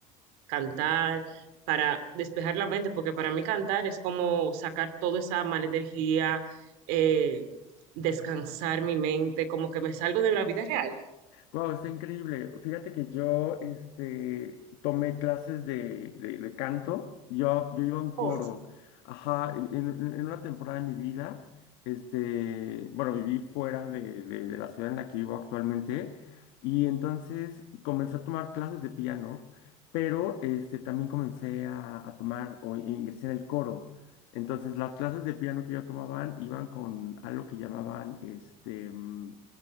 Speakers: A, on the right; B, on the left.
A: cantar, para despejar la mente, porque para mí cantar es como sacar toda esa mala energía, eh, descansar mi mente, como que me salgo de la vida real.
B: Wow, está increíble. Fíjate que yo este, tomé clases de, de, de canto. Yo, yo iba a un coro.
A: Oh,
B: Ajá, en, en- en una temporada de mi vida, este, bueno, viví fuera de, de, de la ciudad en la que vivo actualmente. Y entonces comencé a tomar clases de piano, pero este, también comencé a, a tomar o ingresé en el coro. Entonces, las clases de piano que yo tomaban iban con algo que llamaban este, mm,